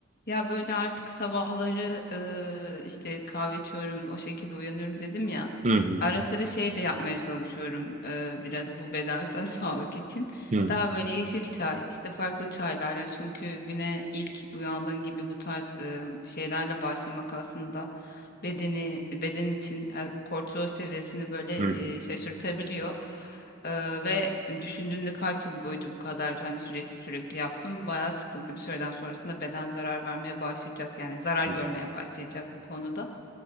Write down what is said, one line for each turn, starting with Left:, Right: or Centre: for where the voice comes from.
Left: Ya böyle artık sabahları eee, işte kahve içiyorum, o şekilde uyanıyorum dedim ya.
Right: Hı hı,
Left: Ara sıra şey de yapmaya çalışıyorum eee, biraz bu bedensel <laughs> sağlık için.
Right: hı
Left: Daha böyle yeşil çay, işte farklı çaylarla çünkü güne ilk uyandığın gibi bu tarz eee, şeylerle başlamak aslında bedeni beden için e, kortizol seviyesini böyle
Right: hı,
Left: eee, şaşırtabiliyor. Ee, ve düşündüğünde kaç yıl boyunca bu kadar hani sürekli sürekli yaptım. Bayağı sıkıntı bir süreden sonrasında beden zarar vermeye başlayacak yani zarar
Right: hı
Left: görmeye
Right: hı,
Left: başlayacak bu konuda.